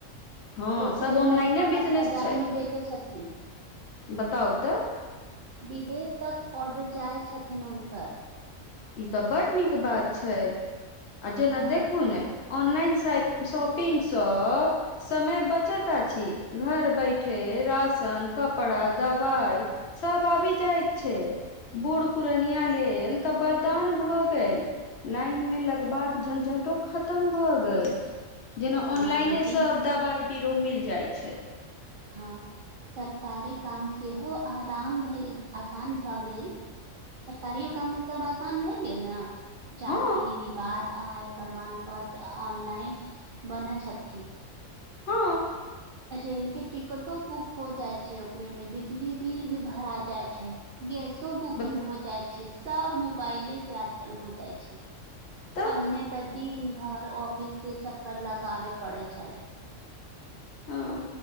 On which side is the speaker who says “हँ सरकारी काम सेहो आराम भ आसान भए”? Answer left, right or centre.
Right